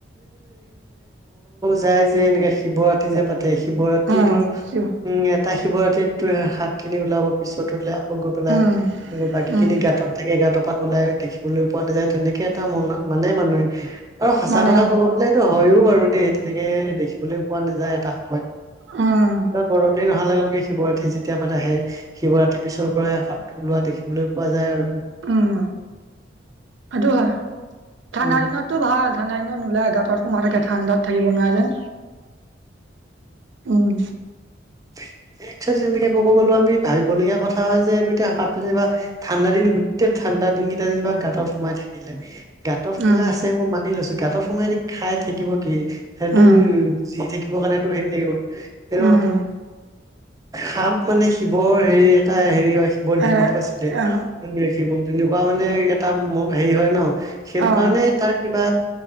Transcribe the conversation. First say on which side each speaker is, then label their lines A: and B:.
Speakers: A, on the right; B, on the right.
A: যায় যে এনেকে শিৱৰাত্ৰ যে পাতে শিৱৰাত্ৰি
B: অ
A: তো
B: চিঞৰ
A: উম এটা শিৱৰাতিত তে শাপখিনি ওলাব পিছত ওলিয়াব গৈ পেলাই
B: উম
A: বাকী
B: উম
A: খিনি গাঁতত থাকে গাঁতৰপান ওলাই দেখিবলৈ পোৱা নাযায় তেনেকে ম মানে মানুহে আৰু সঁচা
B: মানে
A: কথা
B: অ
A: কব গলে এইটো হয়ও বাৰু দ তেনেকে দেখিবলৈ পোৱা নাযায় এটা সময়
B: উম
A: গৰম দিন হ লগে লগে শিৱৰাততি যেতিয়া বাত আহে শিৱৰাতিৰ পিছৰ পৰা সাপটো লোৱা দেখিবলৈ পোৱা যায় আৰু।
B: উম সেইটো হয়। ঠাণ্ডা
A: উম
B: দিনততো ভাল ঠাণ্ডা দিনত নোলাই গাঁতত সোমাই থাকে ঠাণ্ডাত থাকিব নোৱাৰে যেন। উম।
A: হয়। একোৱ তেনেকে ক'ব গ'লো আমি ভাবিবলগীয়া কথা হয় যে এই এতিয়া কাপ যেনিবা ঠাণ্ডা দিন গোটেই ঠাণ্ডা দুটা দিন কেইটা দিন বা গাঁত সোমাই থাকিলে গাঁত সোমাই
B: উম
A: আছে মই মানি লৈছো গাঁত সোমাই খাই থাকিব কি সেইটো
B: উম
A: যি থাকিব কাৰণে সেইটো হেৰি থাকিব সেইটো
B: উম
A: শাপ মানে শিৱৰ হেৰি এটা হেৰি হয়। ৰাখিব দিমতো
B: এ
A: আছিলে
B: অ
A: ৰাখিব তেনেকুৱা মানে এটা ম হেৰি হয় ন সেইটো
B: অ
A: কাৰণে তাৰ কিবা